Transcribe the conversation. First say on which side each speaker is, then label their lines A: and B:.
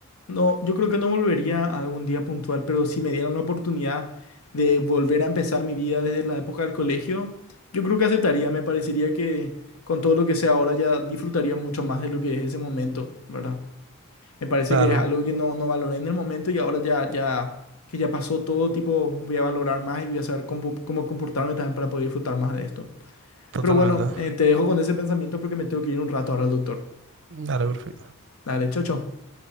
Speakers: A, on the left; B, on the right.
A: No, yo creo que no volvería a algún día puntual, pero si me dieran la oportunidad de volver a empezar mi vida desde la época del colegio, yo creo que aceptaría. Me parecería que con todo lo que sé ahora ya disfrutaría mucho más de lo que es ese momento, ¿verdad? Me parece
B: Claro,
A: que es algo que no, no valoré en el momento y ahora ya, ya, que ya pasó todo, tipo, voy a valorar más y voy a saber cómo, cómo comportarme también para poder disfrutar más de esto.
B: totalmente.
A: Pero bueno, eh, te dejo con ese pensamiento porque me tengo que ir un rato ahora al doctor.
B: Claro, perfecto.
A: Dale, chao, chao.